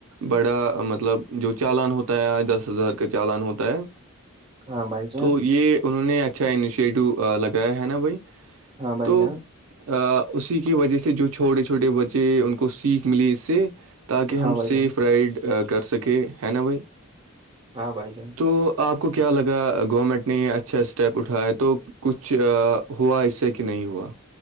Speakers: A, on the right; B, on the right.
A: بڑا مطلب جو چالان ہوتا ہے آ دس ہزار کا چالان ہوتا ہے
B: ہاں بھائی جان
A: تو یہ انہوں نے اچھا انشیٹو لگایا ہے نا بھائی
B: ہاں بائی
A: تو
B: جان
A: ا اسی کی وجہ سے جو چھوٹے چھوٹے بچے ان کو سیکھ ملی اس سے تاکہ
B: ہاں
A: ہم
B: بھائی
A: سیف
B: جان ہاں بھائی جان
A: رائڈ کر سکے ہے نا بھائی
B: ہاں بائی جان
A: تو آپ کو کیا لگا گورنمنٹ نے یہ اچھا اسٹیپ اٹھایا تو کچھ ہوا اس سے کہ نہیں ہوا